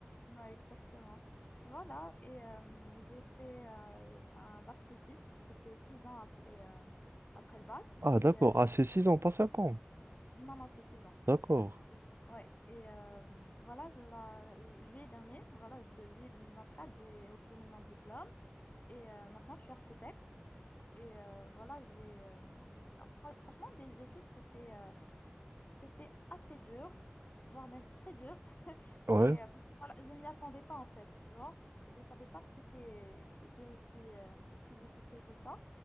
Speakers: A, on the left (about 40°); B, on the right (about 85°).
A: Ouais, exactement. Voilà, et euh, j'ai fait euh, un bac plus 6 parce que c'est 6 ans après, euh, après le bac.
B: Ah,
A: Et
B: d'accord.
A: euh,
B: Ah, c'est 6 ans, pas 5 ans.
A: non, non, c'est 6 ans.
B: D'accord.
A: Et- Ouais, et euh, voilà, la- le juillet dernier, voilà, de juillet 2024, j'ai obtenu mon diplôme et euh, maintenant je suis architecte. Et euh, voilà, j'ai euh, c'est- fra- franchement, les études, c'était euh, c'était assez dur, voire même très dur. <laughs>
B: Ouais.
A: Et euh, parce que voilà, je m'y attendais pas en fait, tu vois. Je savais pas que c'était que c'était aussi, euh, aussi difficile que ça.